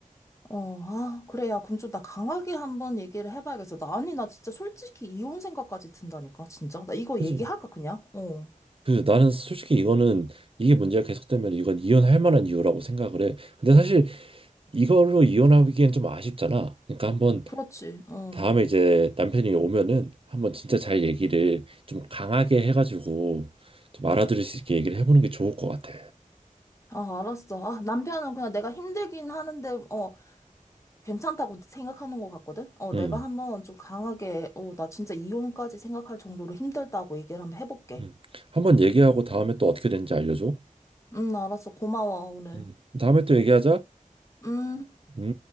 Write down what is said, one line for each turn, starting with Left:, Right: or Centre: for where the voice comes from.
Left: 어, 아, 그래, 야, 그럼 좀 나 강하게 한번 얘기를 해봐야겠어. 나, 아니, 나 진짜 솔직히 이혼 생각까지 든다니까, 진짜. 나 이거
Right: 그지.
Left: 얘기할까, 그냥? 어,
Right: 그 나는 솔직히 이거는 이게 문제가 계속되면 이건 이혼할 만한 이유라고 생각을 해. 근데 사실 이걸로 이혼하기엔 좀 아쉽잖아. 그러니까 한번
Left: 그렇지, 어.
Right: 다음에 이제 남편이 오면은 한번 진짜 잘 얘기를 좀 강하게 해가지고 좀 알아들을 수 있게 얘기를 해보는 게 좋을 것 같아.
Left: 아, 알았어. 아, 남편은 그냥 내가 힘들긴 하는데, 어, 괜찮다고 생각하는 것 같거든? 어,
Right: 응,
Left: 내가 한번 좀 강하게, 어, 나 진짜 이혼까지 생각할 정도로 힘들다고 얘기를 한번 해볼게.
Right: 응. 한번 얘기하고 다음에 또 어떻게 되는지 알려줘.
Left: 음, 알았어. 고마워, 오늘.
Right: 응. 다음에 또 얘기하자.
Left: 음.
Right: 응?